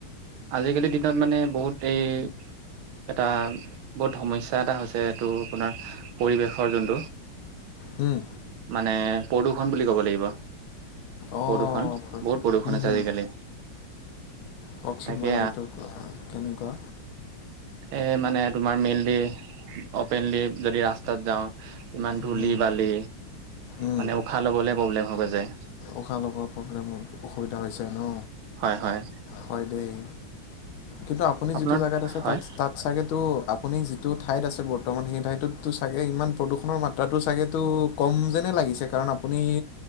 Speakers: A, on the right; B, on the left.
A: আজিকালিৰ দিনত মানে বহুত এই এটা বহুত সমস্যা এটা হৈছে এইটো আপোনাৰ পৰিৱেশৰ যোনটো।
B: হম।
A: মানে প্ৰদূৰণ বুলি ক'ব লাগিব।
B: অ',
A: প্ৰদূষন বহুত প্ৰদূৰষন
B: হুম,
A: আছে
B: হুম।
A: আজিকালি
B: কওকচোন
A: তাকে
B: বাৰু এইটো কেনেকুৱা?
A: এ মানে তোমাৰ মেইনলি অপেনলি। জদি ৰাস তাত যাওঁ ইমান ধূলি
B: হুম।
A: বালি
B: উম।
A: মানে উশাহ লবলে প্ৰব্লেম হৈ গৈ যায়।
B: উশাহ লগোৱা প্ৰব্লেম অসুবিধা হৈছে ন,
A: হয় হয়
B: হয় দেই। কিন্তু আপুনি
A: আপোনাৰ
B: যিটো জাগাত আছে
A: হয়
B: তাত- তাত চাগ তু আপ। আপুনি যিটো ঠাইত আছে বৰ্তমান সেই ঠাইটোত। চাগে ইমান প্ৰদূষণৰ মাত্ৰাটো চাগেতো কম যেনে লাগিছে কাৰণ আপুনি।